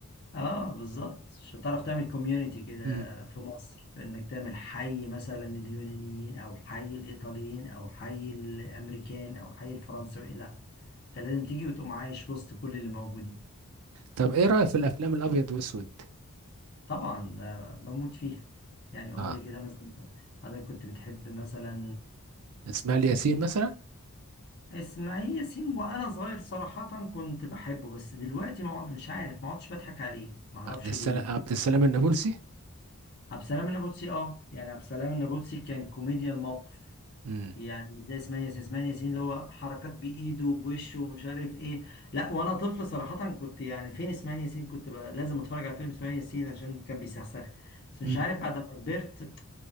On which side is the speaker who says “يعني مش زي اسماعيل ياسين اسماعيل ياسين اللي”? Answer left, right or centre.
Left